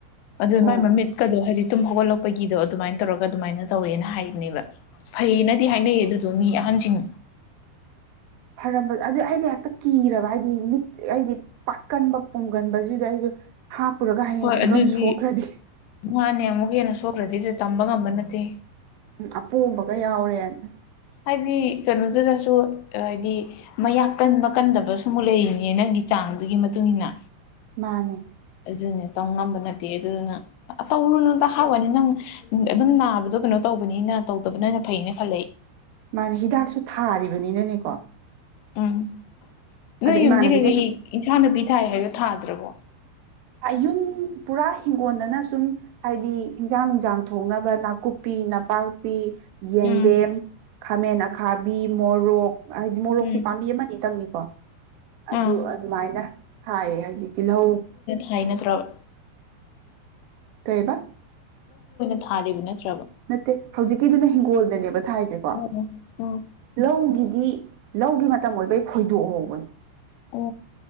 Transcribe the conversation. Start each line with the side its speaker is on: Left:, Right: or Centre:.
Left: ꯑꯗꯨ
Right: ꯑꯣ
Left: ꯃꯥꯏ ꯃꯃꯤꯠꯀꯗꯣ ꯍꯥꯏꯗꯤ ꯑꯗꯨꯨꯝ ꯍꯧꯒꯠꯂꯛꯄꯒꯤꯗꯣ ꯑꯗꯨꯃꯥꯏꯅ ꯇꯧꯔꯒ ꯑꯗꯨꯃꯥꯏꯅ ꯇꯧꯋꯦꯅ ꯍꯥꯏꯕꯅꯦꯕ ꯐꯩꯌꯦꯅꯗꯤ ꯍꯥꯏꯅꯩꯌꯦ ꯑꯗꯨꯗꯣ ꯃꯤ ꯑꯍꯟ ꯀꯥꯡꯖꯤꯡ
Right: ꯐꯔꯝꯕ ꯑꯗꯨ ꯑꯩꯁꯨ ꯍꯦꯛꯇ ꯀꯤꯔꯕ ꯍꯥꯏꯗꯤ ꯃꯤꯠꯁ ꯑꯩꯗꯤ ꯄꯥꯛꯠꯀꯟꯕ ꯄꯣꯝꯒꯟꯕꯁꯤꯗ ꯑꯩꯁꯨ ꯍꯥꯞꯄꯨꯔꯒ ꯍꯌꯦꯡ
Left: ꯍꯣꯏ
Right: ꯐꯤꯕꯝ
Left: ꯑꯗꯨꯗꯤ
Right: ꯁꯣꯛꯈ꯭ꯔꯗꯤ
Left: ꯃꯥꯥꯟꯅꯦ ꯑꯃꯨꯛ ꯍꯦꯟꯅ ꯁꯣꯛꯈ꯭ꯔꯗꯤꯗꯤ ꯇꯝꯕ ꯉꯝꯕ ꯅꯠꯇꯦ
Right: ꯎꯝ ꯑꯄꯣꯝꯕꯒ ꯌꯥꯎꯔꯦꯅ
Left: ꯍꯥꯏꯗꯤ ꯀꯩꯅꯣꯗꯨꯗꯁꯨ ꯍꯥꯏꯗꯤ ꯃꯌꯥꯛ ꯀꯟꯕ ꯀꯟꯗꯕ ꯁ ꯑꯃꯨꯛ ꯂꯩꯔꯤꯅꯦ ꯅꯪ ꯒꯤ ꯆꯥꯡꯗꯨꯒꯤ ꯃꯇꯨꯡ ꯏ ꯃꯇꯨꯡꯏꯟꯅ
Right: ꯃꯥꯅꯦ
Left: ꯑꯗꯨꯅꯦ ꯇꯧ ꯉꯝꯕ ꯅꯠꯇꯦ ꯑꯗꯨꯅ ꯇꯧꯔꯨꯅꯇ ꯍꯥꯎꯋꯥꯅꯤ ꯅꯪ ꯑꯗꯨꯝ ꯅꯥꯕꯗꯣ ꯀꯩꯅꯣ ꯇꯧꯕꯅꯤꯅ ꯇꯧꯗꯕꯅꯅ ꯐꯩ ꯑꯅ ꯈꯦ
Right: ꯃꯥꯅꯦ ꯍꯤꯗꯥꯛꯁꯨ ꯊꯥꯔꯤꯕꯅꯤꯅꯅꯦꯀꯣ
Left: ꯎꯝ ꯅꯣꯏ
Right: ꯑꯗꯣ
Left: ꯌꯨꯝꯗꯤ
Right: ꯏꯃꯥꯟꯅꯕꯤꯅ
Left: ꯀꯩꯀꯩ
Right: ꯁꯨꯝ
Left: ꯏꯟꯁꯥꯡ ꯅꯨꯄꯤ ꯊꯥꯏ ꯍꯥꯏꯗꯣ ꯊꯥꯗ꯭ꯔꯕꯣ
Right: ꯌꯨꯝ ꯄꯨꯔꯥ ꯍꯤꯡꯒꯣꯟꯗꯅ ꯁꯨꯝ ꯍꯥꯏꯗꯤ ꯍꯟꯖꯥꯡ ꯅꯨꯡꯁꯥꯡ ꯊꯣꯡꯅꯕ ꯅꯥꯀꯨꯞꯄꯤ ꯅꯄꯥꯛꯄꯤ ꯌꯦꯟꯗꯦꯝ
Left: ꯎꯝ
Right: ꯈꯥꯃꯦꯟ ꯑꯈꯥꯕꯤ ꯃꯣꯔꯣꯛ ꯍꯥꯏꯗꯤ ꯃꯣꯔꯣꯛꯇꯤ
Left: ꯎꯝ
Right: ꯄꯥꯝꯕꯤ ꯑꯇꯪꯅꯤ
Left: ꯑꯥ
Right: ꯑꯗꯨ ꯑꯗꯨꯃꯥꯏꯅ ꯊꯥꯏꯌꯦ ꯍꯧꯖꯤꯛ ꯇꯤꯜꯍꯧ
Left: ꯍꯥꯏꯅꯠꯇ꯭ꯔꯕ
Right: ꯀꯩꯕ
Left: ꯊꯥꯔꯔꯤꯕꯅ
Right: ꯅꯠꯇꯦ ꯍꯧꯖꯤꯛꯀꯤꯗꯨꯅ ꯍꯤꯡꯒꯣꯜꯗꯅꯦꯕ ꯊꯥꯏꯁꯦꯀꯣ
Left: ꯑꯣ ꯑꯣ
Right: ꯂꯧꯒꯤꯗꯤ ꯂꯧꯒꯤ ꯃꯇꯝ ꯑꯣꯏꯕ ꯑꯩ ꯈꯣꯏꯗꯣꯛ ꯍꯧꯕꯅꯤ
Left: ꯑꯣ